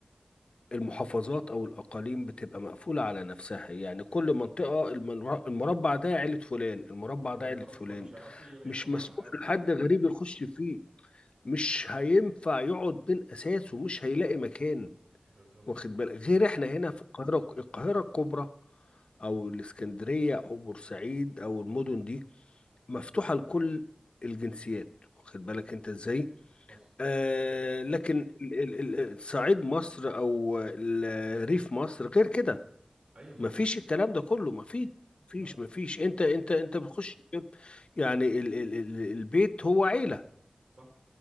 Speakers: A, on the left (about 65°); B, on the right (about 70°).
A: المحافظات او الاقاليم بتبقى مقفوله على نفسها يعني كل منطقه المنر- المربع ده عيله فلان المربع ده
B: بالظبط
A: عيله فلان
B: فمش هيعرفوا يعيشوا
A: مش
B: معاهم
A: مسموح
B: قوي
A: لحد غريب يخش فيه مش هينفع يقعد بين اساسه مش هيلاقي مكان
B: بالظبط
A: واخد بالك غير احنا هنا في القاهره القاهره الكبرى او الاسكندريه او بورسعيد او المدن دي مفتوحه لكل الجنسيات واخد بالك انت ازاي
B: حصل
A: آه لكن ال- ال- ال- صعيد مصر او ال- ريف مصر غير كده
B: ايوه طبعا
A: مفيش الكلام ده كله مفيش
B: لا
A: مفيش
B: لا
A: مفيش انت انت انت بتخش يعني ال ال ال البيت هو عيلة
B: صح